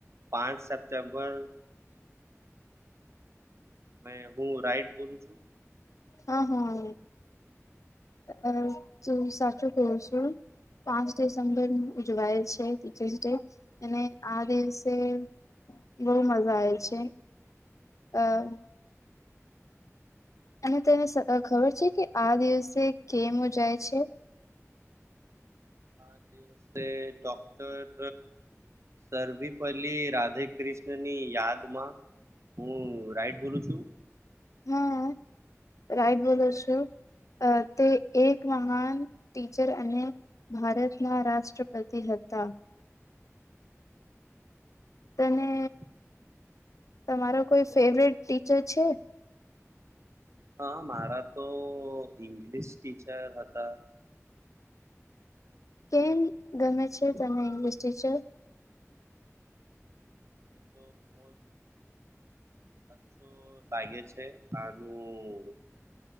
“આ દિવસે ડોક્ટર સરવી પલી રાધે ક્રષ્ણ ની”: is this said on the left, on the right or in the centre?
Right